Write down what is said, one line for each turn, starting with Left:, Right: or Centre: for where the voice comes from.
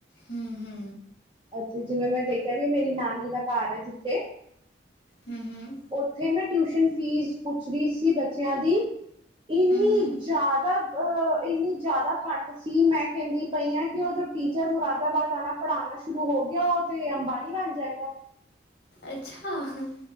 Left: ਹੂ ਹੂ
Right: ਇੱਥੇ, ਜਿਵੇਂ ਮੈਂ ਦੇਖਿਆ ਵੀ, ਮੇਰੀ ਨਾਨੀ ਦਾ ਘਰ ਹੈ ਜਿੱਥੇ।
Left: ਹੂੰ ਹੂੰ
Right: ਉੱਥੇ ਮੈਂ ਟਿਊਸ਼ਨ ਫੀਸ ਪੁੱਛ ਰਹੀ ਸੀ ਬੱਚਿਆਂ ਦੀ ਇੰਨੀ
Left: ਹੂੰ ਹੂੰ
Right: ਜ਼ਿਆਦਾ, ਇੰਨੀ ਜ਼ਿਆਦਾ ਘੱਟ ਸੀ। ਮੈਂ ਕਹਿੰਦੀ ਪਈ ਆ ਕਿ ਉਹ ਜੋ ਟੀਚਰ ਮੁਰਾਦਾਬਾਦ ਆਉਣਾ, ਪੜ੍ਹਾਉਣਾ ਸ਼ੁਰੂ ਹੋ ਗਿਆ, ਉਹ ਤਾਂ ਅੰਬਾਨੀ ਬਣ ਜਾਏਗਾ।
Left: ਅੱਛਾ, ਹ-ਹ,